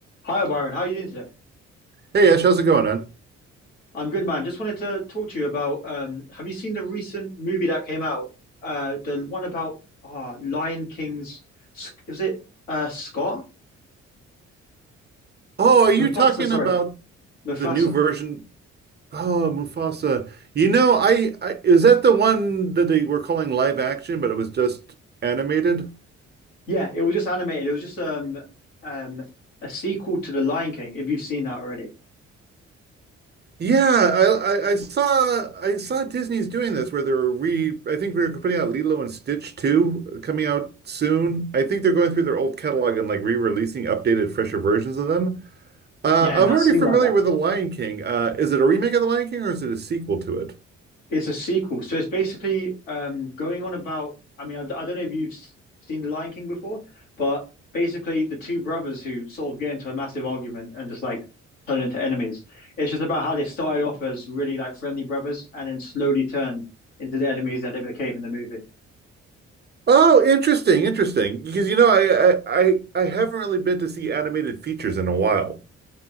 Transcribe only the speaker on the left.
Hi, Byron. How are you doing today?
I'm good, man. Just wanted to talk to you about um, have you seen the recent movie that came out? Uh, the one about uh, Lion King's was it uh, Scar?
Mufasa,
sorry.
Mufasa.
Yeah, it was just animated. It was just um, um, a sequel to The Lion King, if you've seen that already.
Yeah,
it does
seem
like that.
It's a sequel, so it's basically um, going on about. I mean, I d- I don't know if you've seen The Lion King before, but basically the two brothers who sort of get into a massive argument and just like turn into enemies. It's just about how they started off as really like friendly brothers and then slowly turned into the enemies that they became in the movie.